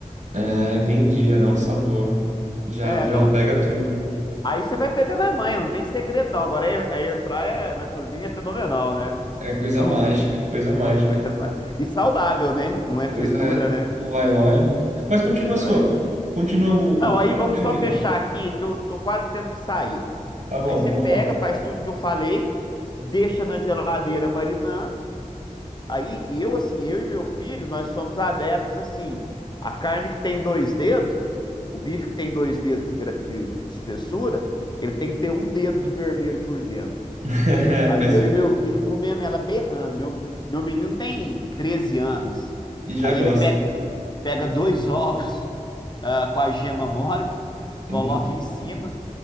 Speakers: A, on the right; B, on the left.
A: Ah, entendi, já dá um sabor. Já,
B: É,
A: já
B: dá
A: ela
B: um.
A: pega tudo.
B: Aí você vai pegando a manha, não tem segredo não. Agora a air, a air fryer na cozinha é fenomenal, né?
A: É coisa
B: É
A: mágica,
B: um
A: coisa mágica.
B: é coisa mais e saudável, né? Não é
A: Pois
B: fritura,
A: é,
B: né?
A: não vai óleo. Mas continua
B: Não
A: a sua.
B: vai olho.
A: Continua o.
B: Não, aí
A: Como
B: vamos
A: termina?
B: só fechar aqui que eu tô quase tendo que sair.
A: Tá bom,
B: Aí você
A: manda
B: pega,
A: bala.
B: faz tudo que eu falei, deixa na geladeira marinando. Aí eu, assim, eu e meu filho, nós somos adeptos, assim, a carne que tem dois dedos, o bife que tem dois dedos de, gra- de- de espessura, ele tem que ter um dedo de vermelho por dentro.
A: <laughs> É,
B: Aí
A: faz sentido.
B: eu e meu filho comemos ela berrando. Meu, meu menino tem 13 anos.
A: E já
B: Aí
A: gosta.
B: ele pe- pega, dois ovos, ah, com a gema mole, coloca
A: Hum,
B: em cima